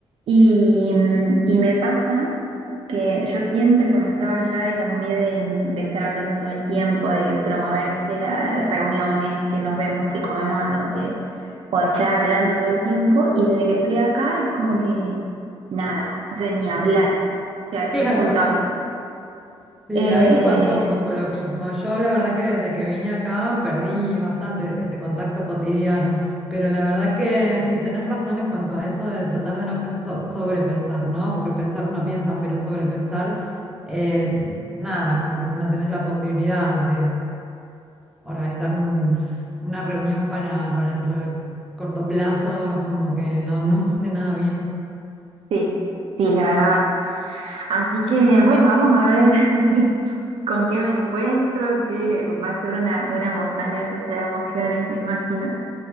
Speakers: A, on the right; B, in the centre.
A: Y, mm, y me pasa que yo siempre cuando estaba allá era muy de, mm, de estar hablando todo el tiempo, de promover, ¿viste? las reuniones, que nos vemos, que comemos algo, que, o de estar hablando todo el tiempo. Y desde que estoy acá es como que nada, o sea, ni hablar, o sea, a ese
B: <laughs> claro.
A: punto.
B: Sí,
A: Eh,
B: a mí me pasó un poco lo mismo. Yo la verdad que desde que vine acá perdí bastante ese contacto cotidiano, pero la verdad que sí, tenés razón en cuanto a eso de tratar de no penso- sobrepensar, ¿no? Porque pensar uno piensa, pero sobrepensar, eh, nada, como que si no tenés la posibilidad de organizar un- una reunión para, para dentro de corto plazo, es como que no, no hace nada bien.
A: sí, sí, la verdad. Así que bueno, vamos a ver <laughs> con qué me encuentro, que va a ser una, una montaña rusa de emociones, me imagino.